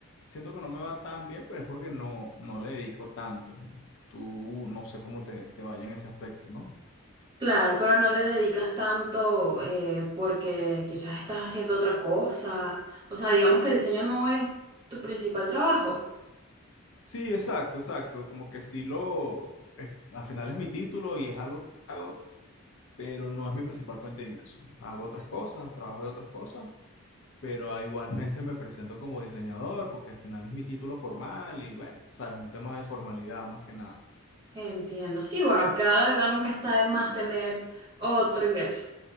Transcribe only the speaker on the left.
siento que no me va tan bien, pero es porque no, no le dedico tanto. Tú no sé cómo te, te vaya en ese aspecto, ¿no?
Sí, exacto, exacto. Como que sí lo, es- al final es mi título y es algo que hago, pero no es mi principal fuente de ingreso. Hago otras cosas, trabajo de otras cosas, pero ah, igualmente me presento como diseñador porque al final es mi título formal y bueno, sabes, un tema de formalidad más que nada.